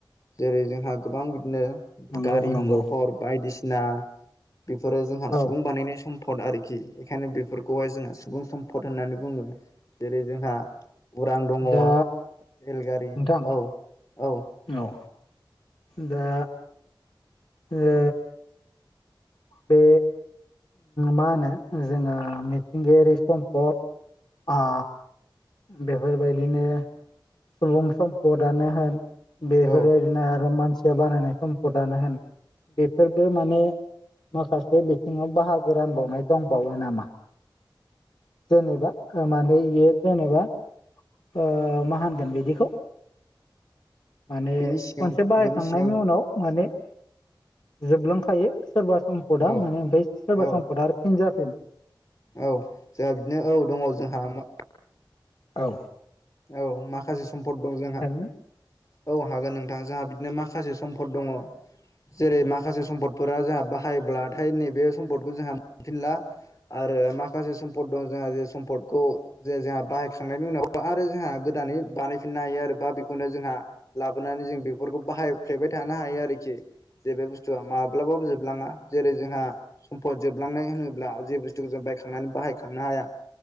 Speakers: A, on the left (about 45°); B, on the left (about 65°).
A: जेरै- जोंहा गोबां बिदिनो
B: नंगौ
A: गारि-मथर
B: नंगौ
A: बायदिसिना बेफोरो जोंहा
B: औ
A: सुबुं बानायनाय सम सम्पद आरोखि, बेखायनो बेफोरखौहाय जोंहा सुबुं सम्पद होननानै बुङो। जेरै- जोंहा उरां दङ
B: दा
A: रेलगारि
B: नोंथां
A: औ औ।
B: औ दा ओ बे मा होनो? जोङो मिथिंगायारि सम्पद आ बेफोरबायदिनो सुबुं सम्पदानो होन बेफोरबायदिनो
A: औ
B: आरो मानसि <unintelligible> बानायनाय सम्पदानो होन बेफोरबो माने माखासे बिथिङाव बाहागो रानबावनाय दंबावो नामा? जेनेबा ओ माने बेयो जेनेबा ओ मा होनगोन बिदिखौ? माने
A: बिनि सिङाव
B: खनसे बाहायखांनायनि
A: बिनि सिङाव
B: उनाव माने जोबलांखायो सोरबा सम्पदा
A: औ
B: माने ओमफ्राय सोरबा
A: औ
B: सम्पदा आरो फिनज जाफिनो।
A: औ, जोंहा बिदिनो औ दङ जोंहा मा
B: औ
A: औ मा माखासे सम्फद दं जोंहा
B: ना?
A: औ हागोन नोंथां जोंहा बिदिनो माखासे सम्फद दङ जेरै माखासे सम्पदफोरा जोंहा बाहायोब्लाथाय नैबे सम्पदखौ जोंहा मोनफिनला आरो माखासे सम्पद दं जोंहा जे सम्पदखौ जे जोंहा बाहायखांनायनि उनाव जोंहा गोदानै बानायफिननो हायो आरो बा बेखौनो जोंहा लाबोनानै जों बेफोरखौ बाहायफ्लेबाय थानो हायो हायो आरोखि जे बे बुस्थुआ माब्लाबाबो जोबलाङा जेरै जोंहा सम्फद जोबलांनाय होनोब्ला जे बुस्थुखौ जों बायखांनानै बाहायखांनो हाया